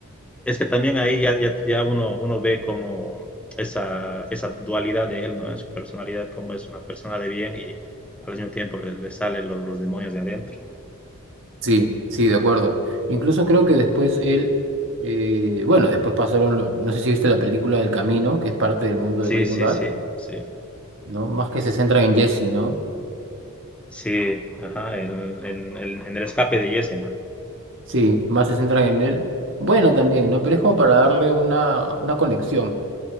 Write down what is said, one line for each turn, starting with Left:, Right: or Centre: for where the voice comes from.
Centre: es que también ahí ya, ya, ya uno, uno ve como esa, esa dualidad de él, ¿no? En su personalidad, como es una persona de bien y al mismo tiempo le, le salen los, los demonios de adentro.
Right: Sí, sí, de acuerdo. Incluso creo que después él, eh, bueno, después pasaron, lo- no sé si viste la película del Camino, que es parte del mundo
Centre: Sí,
Right: de Breaking
Centre: sí,
Right: Bad,
Centre: sí, sí.
Right: ¿no? Más que se centran en Jesse, ¿no?
Centre: Sí, ajá, el- en, en- en el escape de Jesse.
Right: Sí, más se centran en él. Bueno, también, ¿no? Pero es como para darle una, una conexión.